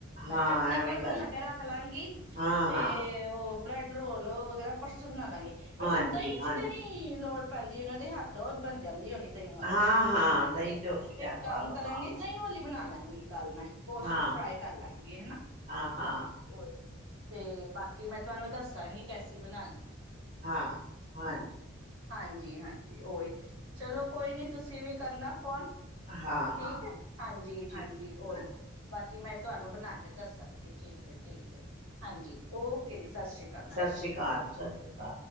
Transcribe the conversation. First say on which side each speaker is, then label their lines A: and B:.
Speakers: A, on the right; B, on the right.
A: ਮੈਂ
B: ਹਾਂ
A: ਚਟਨੀ
B: ਐਵੇਂ
A: ਕੱਲ
B: ਕਰ
A: ਬਣਾ
B: ਲ
A: ਕੇ ਰੱਖ ਲਾਂਗੀ,
B: ਹਾਂ
A: ਤੇ
B: ਹਾਂ
A: ਉਹ ਬ੍ਰੈਡ ਰੋਲੋ ਵਗੈਰਾ ਪਰਸੋਂ ਬਣਾ ਵੈਸੇ
B: ਹਾਂਜੀ
A: ਦਹੀਂ
B: ਹਾਂਜੀ
A: ਚ ਤੇ ਨਹੀਂ ਲੋੜ ਪੈਦੀ ਐ ਨਾ, ਦੇ ਹੱਥ ਉਹ ਬਣ ਜਾਂਦੀ ਹੋਣੀ। ਦਹੀਂ ਵਾਲੀ
B: ਹਾਂ
A: ਤੇ
B: ਹਾਂ ਦਹੀਂ ਤੇ ਉਸੇ ਟਾਈਮ
A: ਇੱਕ
B: ਪਾ
A: ਕੰਮ
B: ਲਓ
A: ਕਰਾਂਗੇ,
B: ਹਾਂ
A: ਦਹੀਂ ਵਾਲੀ ਬਣਾ ਲੈਜੁਗੀ ਕੱਲ ਮੈਂ, ਉਸ
B: ਹਾਂ
A: ਚ ਫਰਾਏ ਕਰਲਾਂਗੇ ਹਨਾ,
B: ਹਾਂ ਹਾਂ
A: ਹਾਂਜੀ ਉਹ ਤੇ ਬਾਕੀ ਮੈਂ ਤੁਹਾਨੂੰ ਦੱਸਾਂਗੀ, ਕੈਸੀ ਬਣਾਨੀ ਐ।
B: ਹਾਂ ਹਾਂਜੀ,
A: ਹਾਂਜੀ-ਹਾਂਜੀ, ਉਹੀ ਚਲੋ ਕੋਈ ਨੀ ਤੁਸੀਂ ਵੀ ਕਰਨਾ ਫੋਨ,
B: ਹਾਂ
A: ਠੀਕ
B: ਹਾਂ
A: ਹੈ, ਹਾਂਜੀ-ਹਾਂਜੀ
B: ਠੀਕ
A: ਉਹੀ
B: ਹਾਂਜੀ
A: ਬਾ ਕਿ ਮੈਂ ਤੁਹਾਨੂੰ ਬਣਾ ਕੇ ਦੱਸਾਂਗੀ। ਠੀਕ ਹੈ, ਠੀਕ ਹੈ ਹਾਂਜੀ, ਓਕੇ ਜੀ ਸਤਿ ਸ੍ਰੀ ਅਕਾਲ ਹਾਂਜੀ।
B: ਸਤਿ ਸ਼੍ਰੀ ਅਕਾਲ ਸਤਿ ਸ਼੍ਰੀ ਅਕਾਲ